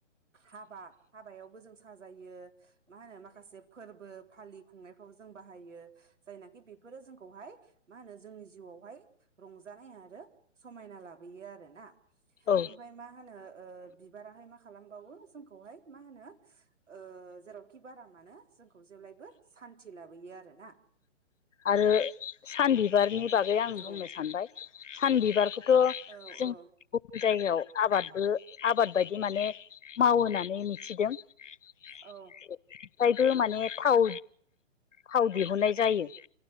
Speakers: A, on the right; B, on the left.
A: हाबा हाबायावबो जों साजायो। मा होनो माखासे फोरबो फालि खुंनायफ्राव जों बाहायो जायनाखि बेफोरो जोंखौहाय मा होनो जोंनि जिउआवहाय रंजानाय आरो समायना लाबोयो आरोना।
B: औ
A: ओमफफ्राय मा होनो ओ बिबाराहाय मा खालामबावो जोंखौहाय मा होनो ओ जेराव खि बारा मानो जोंखौ जेब्लायबो सान्तथि लाबोयो आरो ना।
B: आरो सान बिबारनि बागै आं
A: औ
B: बुंनो सानबाय सान बिबारखौथ'
A: औ
B: जों
A: औ
B: गुबुन जायगायाव आबादबो आबाद बायदि माने मावो होननानै मिथिदों। मफ्रायबो
A: औ
B: माने थाव थाव दिहुननाय जायो